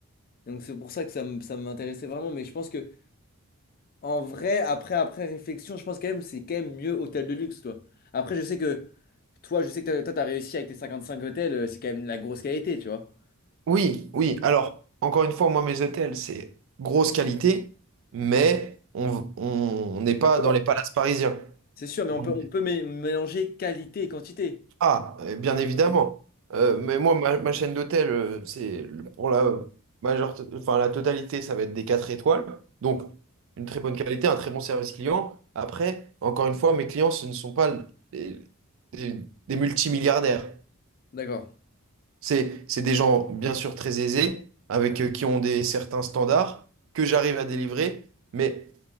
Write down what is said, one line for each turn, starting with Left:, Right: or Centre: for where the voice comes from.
Left: Donc c'est pour ça que ça m- ça m'intéressait vraiment. Mais je pense que en vrai, après, après réflexion, je pense quand même c'est quand même mieux hôtel de luxe, toi. Après, je sais que toi, je sais que t'as- toi, t'as réussi avec tes 55 hôtels, euh, c'est quand même de la grosse qualité, tu vois.
Right: Oui, oui. Alors, encore une fois, moi, mes hôtels, c'est grosse qualité, mais on on n'est pas
Left: Comme quoi.
Right: dans les palaces parisiens.
Left: C'est sûr, mais on
Right: On-
Left: peut, on peut mé- mélanger qualité et quantité.
Right: Ah, euh, bien
Left: Un
Right: évidemment.
Left: peu.
Right: Euh, mais moi, ma, ma chaîne d'hôtels, euh, c'est le- pour la majeure, enfin, la totalité, ça va être des 4 étoiles. Donc, une très bonne qualité, un très bon service client. Après, encore une fois, mes clients, ce ne sont pas les- des, des multimilliardaires.
Left: D'accord.
Right: C'est, c'est des gens, bien sûr, très aisés, avec euh, qui ont des certains standards que j'arrive à délivrer. Mais